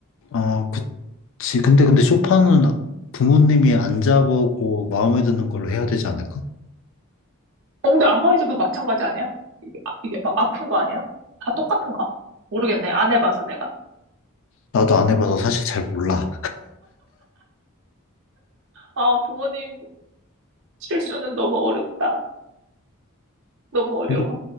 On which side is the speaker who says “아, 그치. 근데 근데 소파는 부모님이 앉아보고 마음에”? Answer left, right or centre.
Left